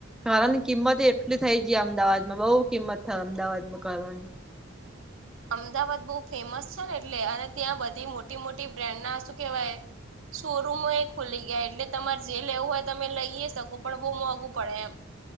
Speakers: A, in the centre; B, on the right (about 80°).
A: ઘની કિંમત એટલી થઈ જઈ અમદાવાદમાં, બહુ કિંમત થઈ અમદાવાદ માં ની
B: અમદાવાદ બહુ ફેમસ છે ને એટલે, અને ત્યાં બધી મોટી મોટી બ્રાન્ડ ના શું કેવાય શોરૂૂમ એ ખુલી ગયા એટલે તમારે જે લેવું હોય, તમે લઈએ શકો, પણ બહુ મોંઘું પડે એમ.